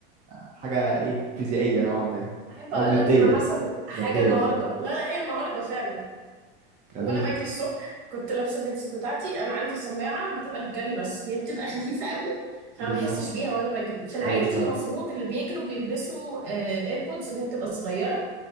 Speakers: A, on the right (about 25°); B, on the right (about 70°).
A: حاجه ايه فيزيائيه نوعا ما
B: احب اقول
A: او ماديه
B: لك ان حصل حاجه
A: ماديه
B: النهارده
A: بالظبط
B: لا لا هي النهارده فعلا
A: جميل
B: وانا بجري الصبح كنت لابسه الهيدسيت بتاعتي انا عندي سماعه بتبقى للجري بس هي بتبقى خفيفه قوي فما
A: بالظبط
B: بحسش بيها وانا بجري في العادي
A: ايوه فعلا
B: المفروض اللي بيجروا بيلبسوا ايربودز اللي هي بتبقى صغيره